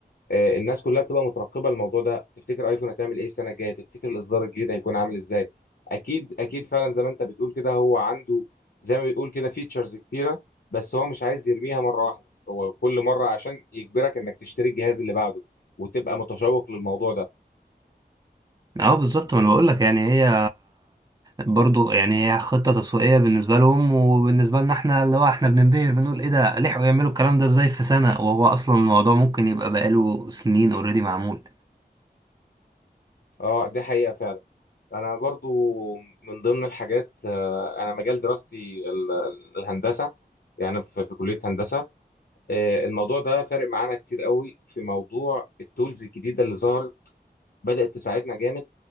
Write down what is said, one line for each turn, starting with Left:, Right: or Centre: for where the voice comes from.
Left: آه، الناس كلها بتبقى مترقبة الموضوع ده تفتكر ايفون هتعمل ايه السنة الجاية تفتكر الاصدار الجديد هيكون عامل ازاي اكيد اكيد فعلا زي ما انت بتقول كده هو عنده زي ما بتقول كده فيتشرز كتيرة بس هو مش عايز يرميها مرة واحدة هو كل مرة عشان يجبرك انك تشتري الجهاز اللي بعده وتبقى متشوق للموضوع ده
Right: اه بالظبط ما انا بقول لك يعني هي برضو يعني هي خطه تسويقيه بالنسبه لهم وبالنبسه لنا احنا اللي هو احنا بننبهر بنقول ايه ده لحقوا يعملوا الكلام ده ازاي في سنه وهو اصلا الموضوع ممكن يبقى بقاله سنين اوريدي معمول
Left: اه دي حقيقة فعلا انا برضو من ضمن الحاجات آه، انا مجال دراستي ال- ال- الهندسه يعني في في كليه هندسه آه، الموضوع ده فارق معانا كتير قوي في موضوع التولز الجديده اللي ظهرت بدات تساعدنا جامد